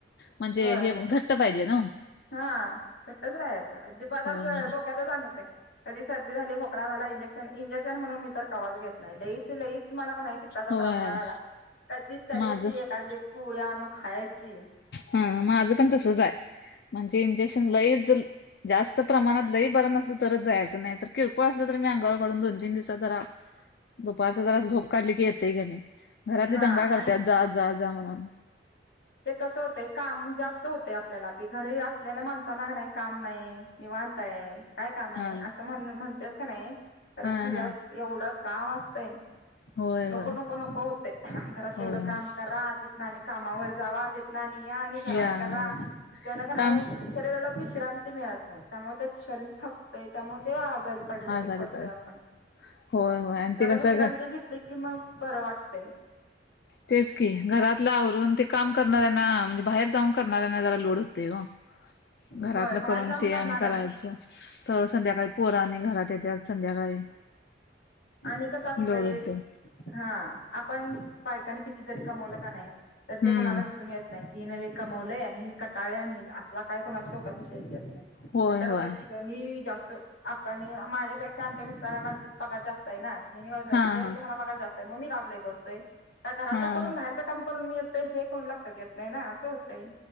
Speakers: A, on the left; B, on the left.
A: म्हणजे
B: होय.
A: हे घट्ट पाहिजे नाओ.
B: हा घट्टच राहाचं अजिबात असं
A: होय
B: डोक्यातचं आणत नाही कधी सर्दी झाली खो झाला इंजेक्शन इंजेक्शन म्हणून मी तर कवाज घेत नाही लईच लईच मला क नाही पित्ताचा
A: होय
B: त्रास व्हायला लागला कधी तरी
A: माझ
B: ती
A: हा
B: एखांदी गोळी आणून खायाची.
A: हा मा माझं पण तसंच आहे म्हणजे इंजेक्शन लईच जास्त प्रमाणात लई बरं नसलं तरच जायचं नाही तर किरकोळ असलं तर मी अंगावर काढून दोन तीन दिवसात जरा
B: <inaudible>
A: दुपारचं जरा झोप काढली की येतंय कमी घरातली
B: हा
A: दंगा करत्यात
B: आणि
A: जा जा जा म्हणून‌.
B: ते कस होतंय काम जास्त होतंय आपल्याला ते घरी असलेल्या माणसांना कनाही काम नाही निवांत आहे काय काम आहे
A: हा
B: असं म्हण म्हणत्यात. क नाई खर
A: हा
B: घर्यात
A: हा
B: एवढं काम असतंय
A: होय
B: नको
A: होय
B: नको नको होतयं घरातलं
A: होय
B: एवढं काम करा ति आणि कामावर जावा तिथनं आणि या आणि घरात
A: या
B: करा
A: होय
B: त्या न क
A: काम
B: नाही शरीराला विश्रांती मिळत नाही त्यामुळं ते शरीर थकतंय त्यामुळं तेव्हा आजारी पडलयं
A: आजारी
B: पडतोय
A: पडत
B: आपण.
A: होय होय आणि
B: जरा
A: ते कसं
B: विश्रांती
A: ग
B: घेतली कि मग बरं वाटतंय.
A: तेच की घरातल आवरून ते काम करणाऱ्यांना म्हणजे बाहेर जाऊन करणाऱ्यांना जरा लोड होतंय ओ. घरातलं
B: होय बाहेर
A: करून
B: जाऊन
A: ते
B: करणार
A: आणि करायचं तवर संध्याकाळी पोरं आणि घरात येत्यात. संध्याकाळी
B: आणि कसं असतंय,
A: लोड होतय
B: हा आपण बायकांनी किती जरी कमवलं का नाही तर
A: हम्म
B: ते कोणाला दिसून येत नाही कि हिने कमवलंय, आणि हिने कटाळल्या आणि ही असला काय कोणाच्या डोक्यात विषयच येत नाही.
A: होय
B: त्यांच्या
A: होय
B: डोक्यात कसं, मी जास्त आपने माझ्यापेक्षा आमच्या मिस्टरांना पगार जास् ना, हेनी मला म्हणतात
A: हा
B: तुझ्या
A: हा
B: पेक्षा मला पगार जास्त आहे मग मी काम लय करतोय, काय घरातलं
A: हा
B: करून
A: हा
B: बाहेरचं काम करून मी येतोय, हे कुणाला लक्षात येत नाही ना, असं होतंय